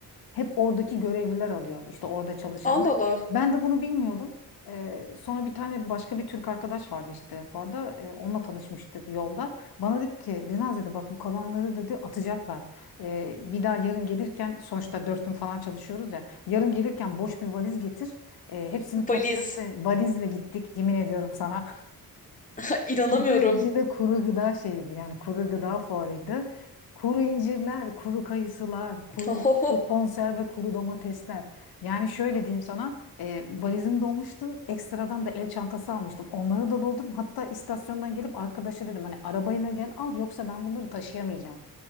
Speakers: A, on the left; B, on the left.
A: hep oradaki görevliler alıyor. işte orada çalışanlar.
B: Allah Allah.
A: Ben de bunu bilmiyordum. Ee, sonra bir tane başka bir Türk arkadaş vardı işte Fuar'da. Ee, onunla tanışmıştık yolda. Bana dedi ki Birnaz dedi bak bu kalanları dedi atacaklar. Ee, bir daha yarın gelirken sonuçta dört gün falan çalışıyoruz ya. Yarın gelirken boş bir valiz getir. Ee, hepsini topla
B: Valiz.
A: ve valizle gittik yemin ediyorum sana.
B: <laughs> İnanamıyorum.
A: Bir de, bir de kuru gıda şeydi yani kuru gıda fuarıydı. Kuru incirler, kuru kayısılar, kuru,
B: Ohoho.
A: mutlu konserve, kuru domatesler. Yani şöyle diyeyim sana e, valizim dolmuştu. Ekstradan da el çantası almıştım. Onları da doldurdum. Hatta istasyondan gelip arkadaşa dedim hani arabayla gel al yoksa ben bunları taşıyamayacağım.